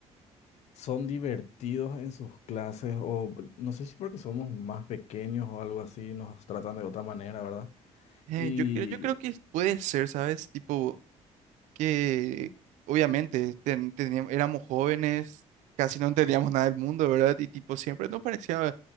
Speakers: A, on the left (about 65°); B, on the right (about 85°).
A: son divertidos en sus clases o no sé si porque somos más pequeños o algo así, nos tratan de otra manera, ¿verdad?
B: Eh,
A: Y
B: yo creo, yo creo que puede ser, ¿sabes? Tipo, que obviamente ten- teníamos- éramos jóvenes, casi no entendíamos nada del mundo, ¿verdad? Y tipo, siempre nos parecía,